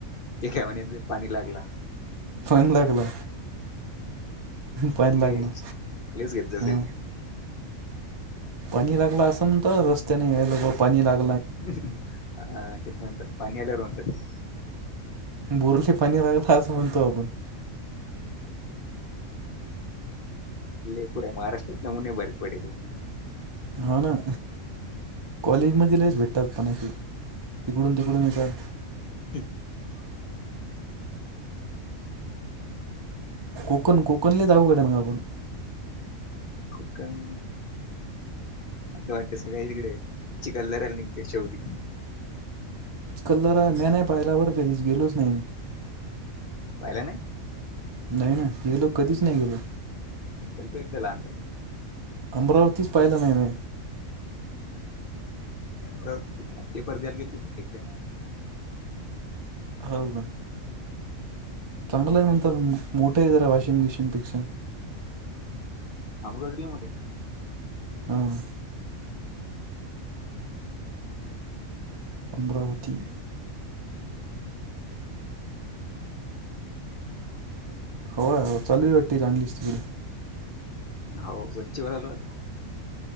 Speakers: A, on the left; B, on the right.
A: ते <unintelligible> पाणी लागलं
B: फोन लागलं. पाहिन
A: लय
B: लागलं.
A: लयच घेत जाऊ
B: हं.
A: त्याची
B: पाणी लागला असं म्हणत. रस्त्याने या लोगो पाणी लाग
A: हा, ते म्हणतात. पाणी आल्यावर म्हणतात ते.
B: बोरले पाणी लागला असं म्हणतो आपण.
A: ले पुरे माराष्ट्रात नमुने भरेल पडेलयेतं.
B: हाऊ ना. कॉलेज मधी लइच भेटतात पण असे. इकडून तिकडून येतात.
A: <unintelligible>
B: कोकण कोकण लईच अवघड ये म्हणा पण.
A: कोकणी मझ वाटते सगळ तिकडे चिकलद राल ते शेवटी
B: कल्लर मी नाही पाहिला बरं फेरीच गेलोच नाही मी
A: पाहिला ना
B: नाहीय ना गेलो कधीच
A: गल
B: नाही गेलो
A: गलतो एकदा लहानपणी
B: अमरावतीच पाहिलं नाही म
A: का ते पद्याला गेल एकदा
B: हो का चांगलं आहे म्हणत मोठं आहे जरा वॉशिंग मशिंग पिक्चर
A: अमृवला
B: हम अमरावती हो हो चालू आहे वाटते चांगलीच तिकडे
A: हो वरची वल आता